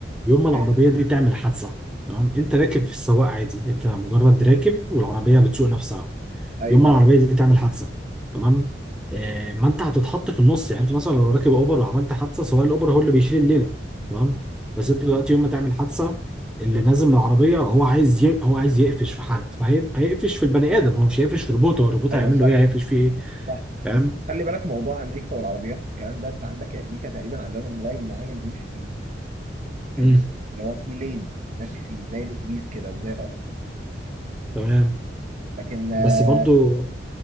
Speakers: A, in the centre; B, on the right.
A: يوم
B: تمام
A: ما العربية دي تعمل حادثة تمام انت راكب في السواق عادي انت مجرد راكب والعربية بتسوق نفسها
B: ايوه
A: يوم ما
B: ايوه
A: العربيه دي تعمل حادثه تمام آه ما انت هتتحط في النص يعني انت مثلا لو راكب اوبر وعملت حادثه سواء الاوبر هو اللي بيشيل الليله تمام بس انت دلوقتي يوم ما تعمل حادثه اللي نازل من العربيه هو عايز ي... هو عايز يقفش في حد فهيقفش في البني ادم هو مش هيقفش في روبوت هو الروبوت
B: أيوه،
A: هيعمل
B: صح
A: له ايه هيقفش فيه ايه
B: صح
A: فاهم
B: بس خلي بالك موضوع امريكا والعربيات الكلام ده انت عندك امريكا تقريبا عامله لهم لاين معين بيمشي فيه فاهمني
A: امم
B: اللي هو فيه لين ماشي فيه زي الاتوبيس كده وزي القطر
A: تمام
B: لكن آه،
A: بس برضو